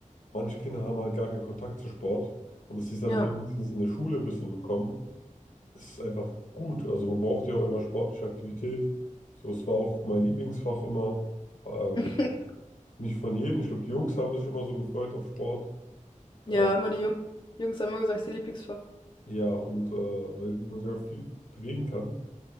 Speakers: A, on the left (about 70°); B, on the left (about 35°).
A: manche Kinder haben halt gar keinen Kontakt zu Sport und dass sie es dann
B: Ja.
A: wenigstens in der Schule ein bisschen bekommen. ist einfach gut. Also man braucht ja auch immer sportliche Aktivität. So, es war auch mein Lieblingsfach immer. Ähm,
B: <laughs>
A: nicht von jedem. Ich glaube, die Jungs haben sich immer so gefreut auf Sport.
B: Ja,
A: Äh,
B: immer die <laughs> Jungs. Die Jungs haben immer gesagt, das ist ihr Lieblingsfach.
A: ja, und äh, weil man sich auch viel bewegen kann.